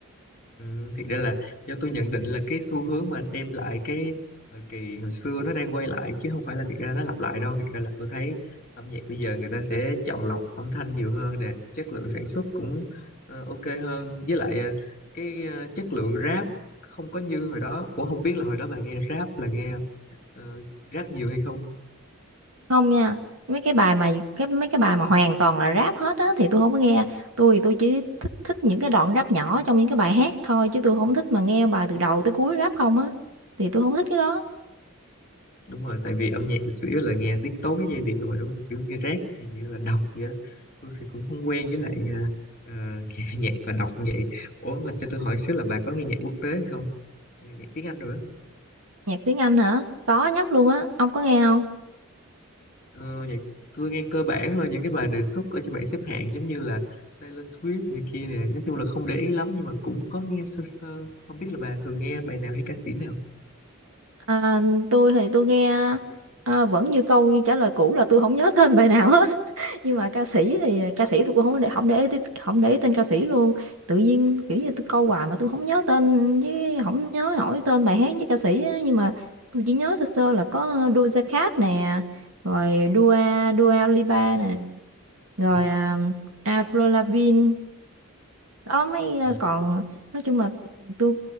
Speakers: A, on the left (about 40°); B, on the right (about 70°).
A: Ừ, thiệt ra là do tôi nhận định là cái xu hướng mà đem lại cái thời kỳ hồi xưa nó đang quay lại chứ không phải là thiệt ra nó lặp lại đâu thiệt ra là tôi thấy âm nhạc bây giờ người ta sẽ chọn lọc âm thanh nhiều hơn nè chất lượng sản xuất cũng ờ, ok hơn với lại ờ, cái ờ, chất lượng rap không có như hồi đó cũng không biết là hồi đó bà nghe rap là nghe ờ, rap nhiều hay không
B: không nha mấy cái bài mà cái mấy cái bài mà hoàn toàn là rap hết á thì tôi không có nghe tôi thì tôi chỉ thích thích những cái đoạn rap nhỏ trong những cái bài hát thôi chứ tôi không thích mà nghe bài từ đầu tới cuối rap không á thì tôi không thích cái đó
A: đúng rồi tại vì âm nhạc thì chủ yếu là nghe tiết tấu với giai điệu mà đúng không kiểu nghe rap thì như là đọc vậy đó tôi thì cũng không quen với lại à, à, <laughs> nghe nhạc và đọc như vậy ủa mà cho tôi hỏi xíu là bà có nghe nhạc quốc tế hay không nhạc tiếng Anh rồi đó
B: nhạc tiếng Anh hả có nhóc luôn á ông có nghe không
A: ờ, nhạc tôi nghe cơ bản rồi những cái bài đề xuất ở trên bảng xếp hạng giống như là Taylor Swift này kia nè nói chung là không để ý lắm nhưng mà cũng có nghe sơ sơ không biết là bà thường nghe bài nào hay ca sĩ nào
B: À, tôi thì tôi nghe à, vẫn như câu như trả lời cũ là tôi không nhớ tên bài nào hết <laughs> nhưng mà ca sĩ thì ca sĩ tôi cũng không để không để ý- không để ý tên ca sĩ luôn tự nhiên kiểu như tôi câu hoài mà tôi không nhớ tên với không nhớ nổi tên bài hát với ca sĩ á. nhưng mà tôi chỉ nhớ sơ sơ là có Doja Cat nè rồi Dua Dua Lipa nè rồi
A: ừ.
B: à, Avril Lavigne đó mấy à,
A: Ừ.
B: còn nói chung là tôi